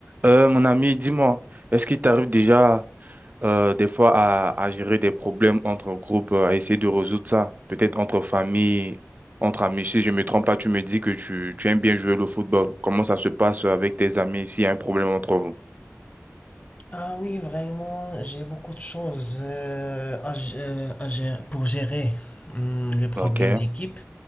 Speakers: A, on the right; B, on the left.
A: Euh, mon ami, dis-moi, est-ce qu'il t'arrive déjà euh, des fois à, à gérer des problèmes entre groupes, euh, à essayer de résoudre ça? Peut-être entre famille, entre amis. Si je ne me trompe pas, tu me dis que tu, tu aimes bien jouer le football. Comment ça se passe avec tes amis s'il y a un problème entre vous?
B: Ah oui, vraiment, j'ai beaucoup de choses euh, à gé- euh, à gérer- pour gérer hum, les problèmes
A: Ok.
B: d'équipe.